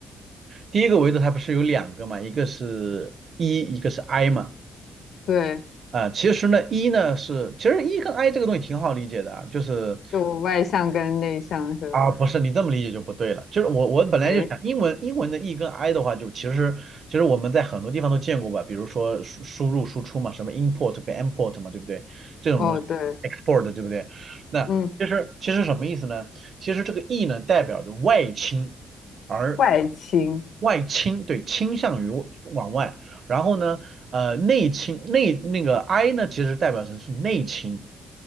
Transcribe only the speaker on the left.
对，
就外向跟内向是吧？
哎，
哦对，
嗯，
外倾，